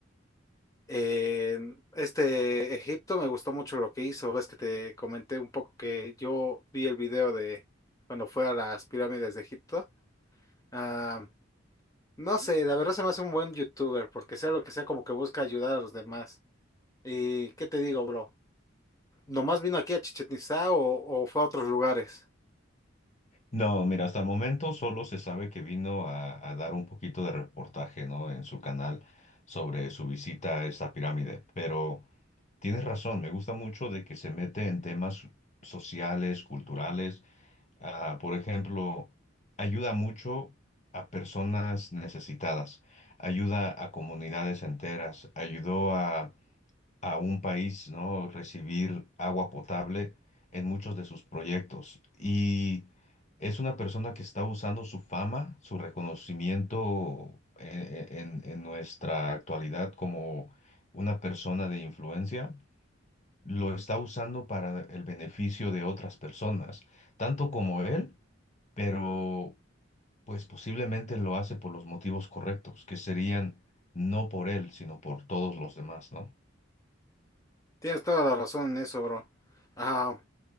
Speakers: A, on the left; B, on the left.
A: Eh, este Egipto me gustó mucho lo que hizo. Ves que te comenté un poco que yo vi el video de cuando fue a las pirámides de Egipto. Ah, no sé, la verdad se me hace un buen youtuber porque sea lo que sea, como que busca ayudar a los demás. ¿Y qué te digo, bro? ¿Nomás vino aquí a Chichén Itzá o, o fue a otros lugares?
B: No, mira, hasta el momento solo se sabe que vino a, a dar un poquito de reportaje, ¿no? En su canal sobre su visita a esta pirámide. Pero tienes razón, me gusta mucho de que se mete en temas sociales, culturales. Ah, por ejemplo, ayuda mucho a personas necesitadas, ayuda a comunidades enteras, ayudó a a un país, ¿no? Recibir agua potable en muchos de sus proyectos. Y es una persona que está usando su fama, su reconocimiento eh, eh, en, en nuestra actualidad como una persona de influencia, lo está usando para el beneficio de otras personas, tanto como él, pero pues posiblemente lo hace por los motivos correctos, que serían no por él, sino por todos los demás, ¿no?
A: Tienes toda la razón en eso, bro. Ah,